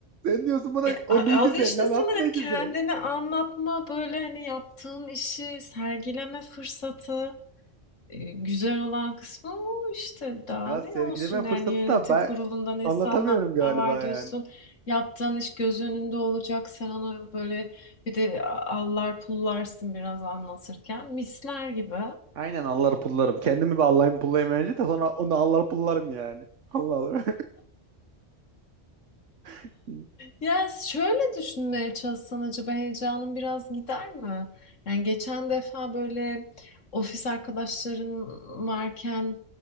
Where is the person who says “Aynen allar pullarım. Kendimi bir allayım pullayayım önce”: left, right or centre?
Right